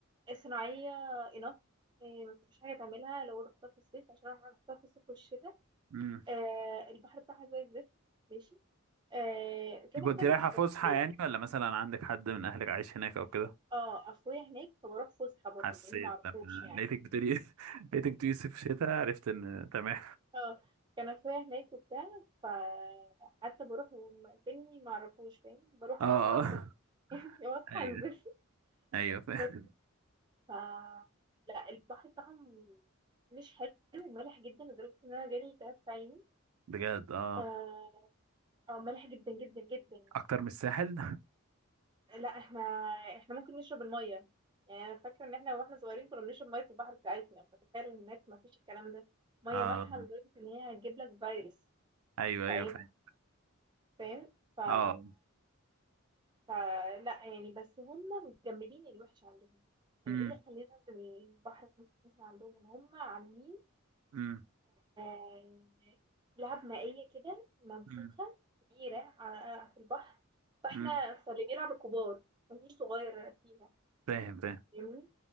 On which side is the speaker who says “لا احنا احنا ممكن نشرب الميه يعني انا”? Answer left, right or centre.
Right